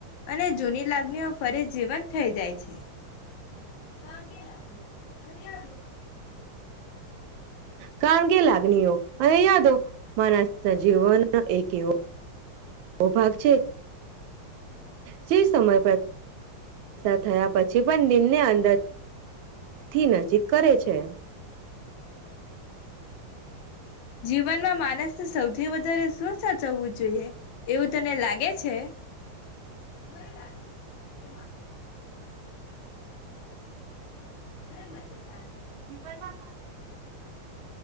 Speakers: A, on the left; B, on the right.
A: અને જૂની લાગણીઓ ફરી જીવંત થઈ જાય છે. કા કે લાગે. <unintelligible>
B: કારણ કે લાગણીઓ અને યાદો માણસના જીવન એક એવો. ઓ ભાગ છે. જે સમય પસાર થયા પછી પણ દિલ ને અંદરથી નજીક કરે છે.
A: જીવનમાં માણસને સૌથી વધારે શું સાચવવું જોઈએ એવું તને લાગે છે મેને લાગે છે કે માનસ
B: જીવનમાં મારે